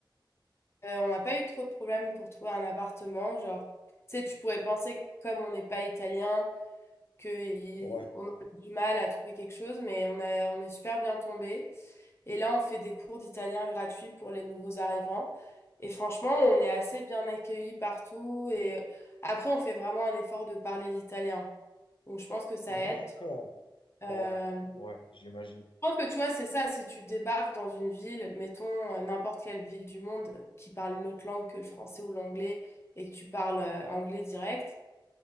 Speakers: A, on the left; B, on the left.
A: euh, on n'a pas eu trop de problèmes pour trouver un appartement. Genre, tu sais, tu pourrais penser que comme on n'est pas italien, que il-
B: Ouais,
A: on a eu du mal à trouver quelque chose, mais on a, on est super bien tombé. Et là, on fait des cours d'italien gratuits pour les nouveaux arrivants. Et franchement, on est assez bien accueillis partout. Et après, on fait vraiment un effort de parler l'italien. Donc, je pense que ça
B: d'accord.
A: aide. Euh,
B: Ouais,
A: je
B: ouais, j'imagine.
A: pense que tu vois, c'est ça, si tu débarques dans une ville, mettons euh, n'importe quelle ville du monde qui parle une autre langue que le français ou l'anglais et que tu parles euh, anglais direct,